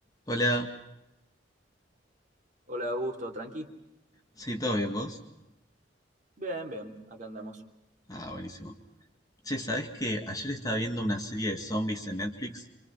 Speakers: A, on the left; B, on the right.
A: Hola,
B: Hola, Augusto, tranqui.
A: sí, ¿todo bien vos?
B: Bien, bien, acá andamos.
A: Ah, buenísimo. Che, ¿sabés que ayer estaba viendo una serie de zombies en Netflix